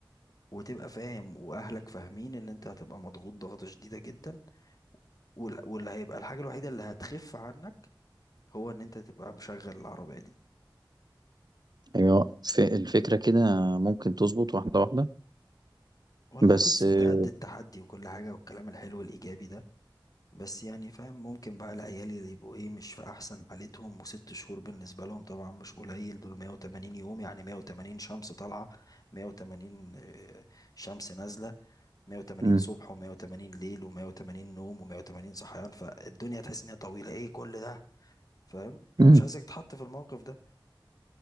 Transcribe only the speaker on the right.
ايوه ف- الفكره كده ممكن تظبط واحده واحده
بس
آه،
مم.
مم.